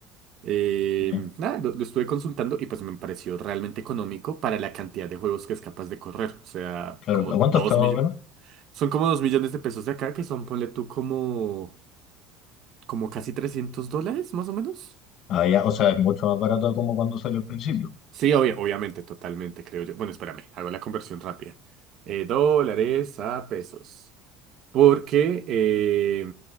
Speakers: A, on the right; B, on the left.
A: Eh,
B: Ya,
A: nada, lo, lo estuve consultando y pues me pareció realmente económico para la cantidad de juegos que es capaz de correr. O sea,
B: Claro,
A: como
B: ¿a cuánto
A: 2
B: está más
A: millones.
B: o menos?
A: Son como 2 millones de pesos de acá, que son, ponle tú, como, como casi 300 dólares, más o menos.
B: Ah, ya, o sea, es mucho más barato como cuando salió al principio.
A: Sí, obvia- obviamente, totalmente, creo yo. Bueno, espérame, hago la conversión rápida. Eh, dólares a pesos. Porque, eh,